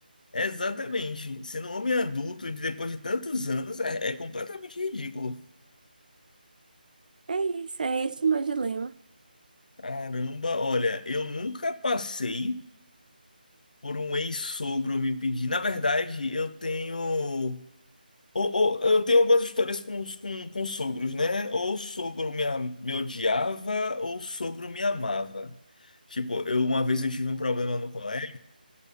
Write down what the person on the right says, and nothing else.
É isso, é esse o meu dilema.